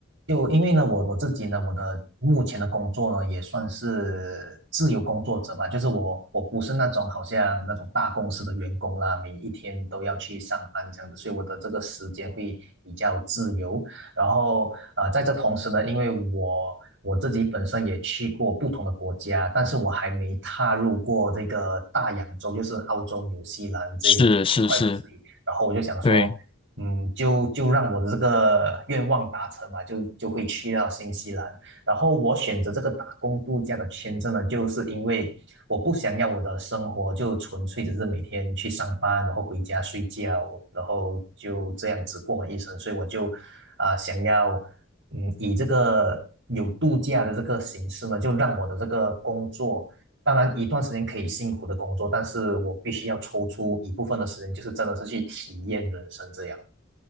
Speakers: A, on the right (about 65°); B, on the left (about 25°).
A: 就因为呢，我我自己呢，我的目前的工作呢，也算是自由工作者吧，就是我我不是那种好像那种大公司的员工啦，每一天都要去上班这样子，所以我的这个时间会比较自由。然后呃，在这同时呢，因为我我自己本身也去过不同的国家，但是我还没踏入过这个大洋洲，就是澳洲、纽西兰这一这一块土地。
B: 是是是，
A: 然后我就想说，
B: 对。
A: 嗯，就就让我的这个愿望达成吧，就就会去到新西兰。然后我选择这个打工度假的签证呢，就是因为我不想要我的生活就纯粹只是每天去上班，然后回家睡觉，然后就这样子过完一生。所以我就啊、想要嗯以这个有度假的这个形式呢，就让我的这个工作。当然，一段时间可以辛苦的工作，但是我必须要抽出一部分的时间，就是真的是去体验人生这样。